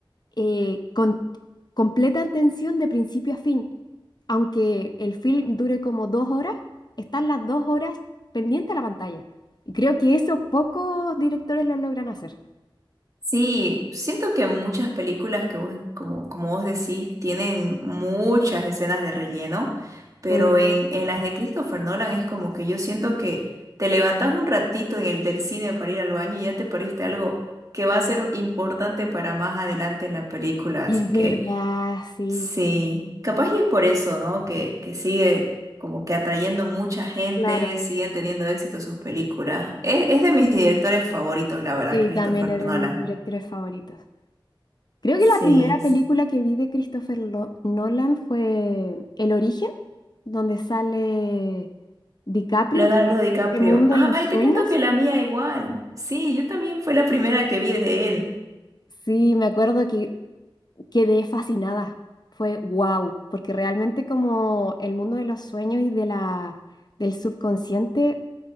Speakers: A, on the left; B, on the right.
A: eh, con completa atención de principio a fin. Aunque el film dure como dos horas, están las dos horas pendiente a la pantalla. Y creo que eso pocos directores lo logran hacer.
B: Sí, siento que muchas películas que vos, como, como vos decís, tienen muchas escenas de relleno, pero
A: Ujú.
B: en, en las de Christopher Nolan es como que yo siento que te levantás un ratito en el del cine para ir al baño y ya te perdiste algo que va a ser importante para más adelante en la película, así
A: Es verdad,
B: que
A: sí,
B: sí, capaz y es por eso, ¿no? Que, que sigue como que atrayendo mucha gente,
A: claro.
B: siguen teniendo éxito sus películas. Es, es de mis directores favoritos, la verdad,
A: Sí,
B: Christopher
A: también es
B: Nolan.
A: de mis directores favoritos. Creo que
B: Sí,
A: la primera película que vi de Christopher Lo- Nolan fue El Origen, donde sale DiCaprio,
B: Leonardo
A: que- es
B: DiCaprio.
A: este mundo
B: Ay,
A: en los sueños.
B: te cuento que la mía igual. Sí, yo también fue la primera que vi de él.
A: Sí, me acuerdo que quedé fascinada. Fue wow, porque realmente como el mundo de los sueños y de la, del subconsciente,